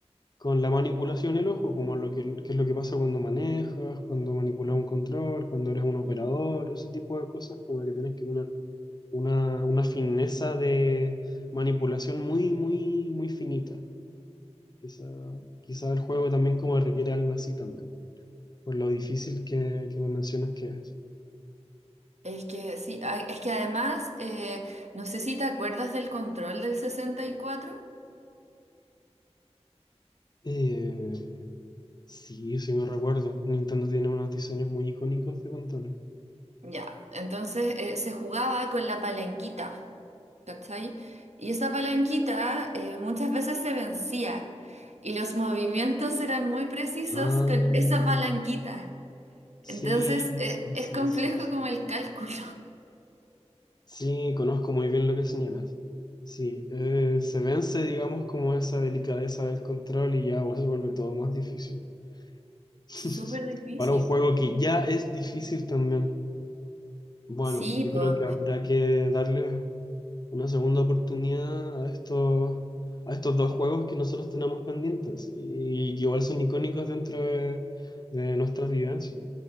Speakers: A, on the left; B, on the right.
A: con la manipulación del ojo, como lo que, que es lo que pasa cuando manejas, cuando manipulas un control, cuando eres un operador, ese tipo de cosas, como que tienes que tener una, una fineza de manipulación muy, muy, muy finita. Quizá, quizá el juego también como requiere algo así también, por lo difícil que, que me mencionas que es.
B: Es que sí, ay, es que además, eh, no sé si te acuerdas del control del 64.
A: Eh, sí, sí me recuerdo. Nintendo tiene unos diseños muy icónicos de controles.
B: Ya, entonces eh, se jugaba con la palanquita, ¿cachai? Y esa palanquita eh, muchas veces se vencía y los movimientos eran muy precisos
A: Ah,
B: con esa palanquita.
A: sí,
B: Entonces eh,
A: sí,
B: es
A: sí,
B: complejo
A: sí, sí.
B: como el cálculo.
A: Sí, conozco muy bien lo que señalas. Sí, eh, se vence, digamos, como esa delicadeza del control y ya pues, se vuelve todo más difícil.
B: <laughs>
A: <laughs>
B: Súper difícil.
A: Para un juego que ya es difícil también. Bueno,
B: Sí,
A: yo creo
B: pues,
A: que habrá que darle una segunda oportunidad a estos, a estos dos juegos que nosotros tenemos pendientes y que igual son icónicos dentro de, de nuestras vivencias.